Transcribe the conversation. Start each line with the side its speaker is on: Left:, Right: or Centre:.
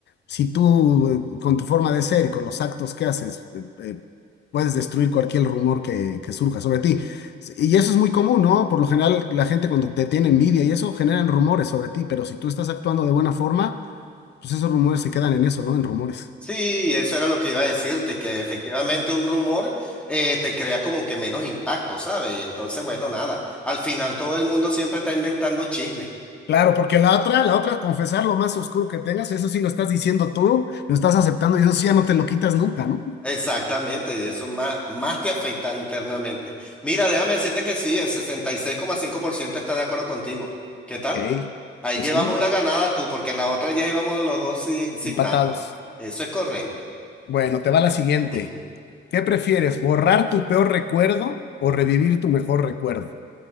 Left: si tú eh, con tu forma de ser y con los actos que haces, eh, eh, puedes destruir cualquier rumor que, que surja sobre ti. S- Y eso es muy común, ¿no? Por lo general, la gente cuando te tiene envidia y eso generan rumores sobre ti, pero si tú estás actuando de buena forma, pues esos rumores se quedan en eso, ¿no? En rumores.
Centre: Sí, eso era lo que iba a decirte, que efectivamente un rumor eh, te crea como que menos impacto, ¿sabes? Y entonces, bueno, nada, al final todo el mundo siempre está inventando chismes.
Left: Claro, porque la otra, la otra, confesar lo más oscuro que tengas, eso sí lo estás diciendo tú, lo estás aceptando y eso sí ya no te lo quitas nunca, ¿no?
Centre: Exactamente, y eso más, más te afecta internamente. Mira, déjame decirte que sí, el sesenta y seis coma cinco por ciento está de acuerdo contigo. ¿Qué tal?
Left: Ok,
Centre: Ahí
Left: pues
Centre: llevas
Left: sí,
Centre: una ganada tú, porque en la otra ya íbamos los dos sin, sin
Left: empatados.
Centre: nada. Eso es correcto.
Left: Bueno, te va la siguiente.
Centre: <clears throat>
Left: ¿Qué prefieres, borrar tu peor recuerdo o revivir tu mejor recuerdo?